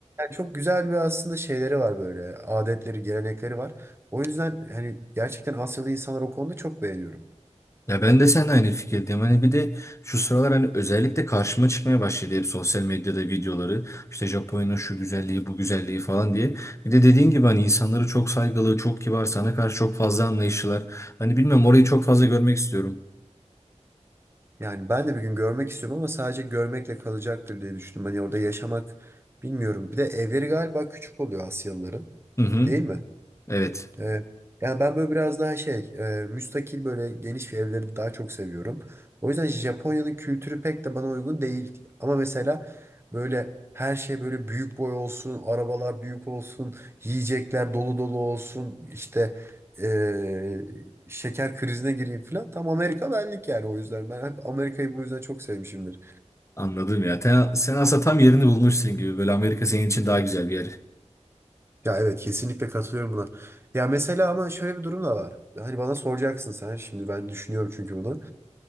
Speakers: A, on the right; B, on the left.
A: Çok güzel bir aslında şeyleri var böyle. Adetleri, gelenekleri var. O yüzden hani gerçekten Asyalı insanlar o konuda çok beğeniyorum.
B: Ya ben de seninle aynı fikirdeyim. Hani bir de şu sıralar hani özellikle karşıma çıkmaya başladı hep sosyal medyada videoları. İşte Japonya'nın şu güzelliği, bu güzelliği falan diye. Bir de dediğin gibi hani insanları çok saygılı, çok kibar, sana karşı çok fazla anlayışlılar. Hani bilmiyorum orayı çok fazla görmek istiyorum.
A: Yani ben de bir gün görmek istiyorum ama sadece görmekle kalacaktır diye düşündüm. Hani orada yaşamak bilmiyorum. Bir de evleri galiba küçük oluyor Asyalıların.
B: Hı hı.
A: Değil mi?
B: Evet.
A: Ee, yani ben böyle biraz daha şey, e, müstakil böyle geniş bir evleri daha çok seviyorum. O yüzden Japonya'nın kültürü pek de bana uygun değil. Ama mesela böyle her şey böyle büyük boy olsun, arabalar büyük olsun, yiyecekler dolu dolu olsun, işte e, şeker krizine gireyim falan. Tam Amerika benlik yani o yüzden. Ben hep Amerika'yı bu yüzden çok sevmişimdir.
B: Anladım ya. Te- Sen aslında tam yerini bulmuşsun gibi. Böyle Amerika senin için daha güzel bir yer.
A: Ya evet kesinlikle katılıyorum buna. Ya mesela ama şöyle bir durum da var. Hani bana soracaksın sen şimdi ben düşünüyorum çünkü bunu.